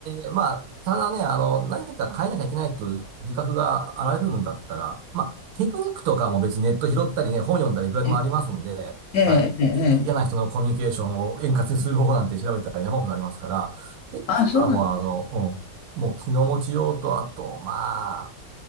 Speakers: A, on the right; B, on the left.
A: えまあ、ただね、あの、何か変えなきゃいけないという自覚があられるんだったら、まあ、テクニックとかも別にネット拾ったりね、本読んだりいくらでもありますんで、
B: ええ、
A: はい。
B: ええ、ええ。
A: え嫌な人のコミュニケーションを円滑にする方法なんて調べたら山ほどありますから、結局はもうあの、
B: あそうなの。
A: うんもう気の持ちようと、あと、まあ、